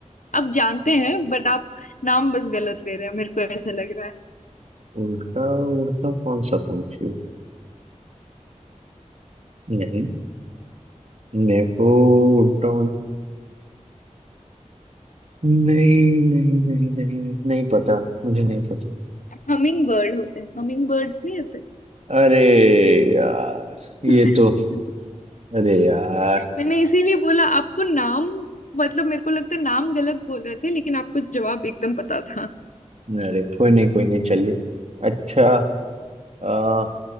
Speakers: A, on the left; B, on the right.
A: आप जानते हैं बट आप नाम बस गलत ले रहे हैं मेरे को ऐसा लग रहा है
B: उल्टा उड़ता कौन सा पंछी है? नहीं नेको उड़ता नहीं नहीं नहीं नहीं नहीं पता मुझे नहीं पता
A: हमिंग बर्ड होते हैं हमिंग बर्ड्स नहीं होते
B: अरे यार ये
A: <laughs>
B: तो अरे यार
A: मैंने इसीलिए बोला आपको नाम मतलब मेरे को लगता है नाम गलत बोल रहे थे लेकिन आपको जवाब एकदम पता था
B: अरे कोई नहीं कोई नहीं चलिए अच्छा आ,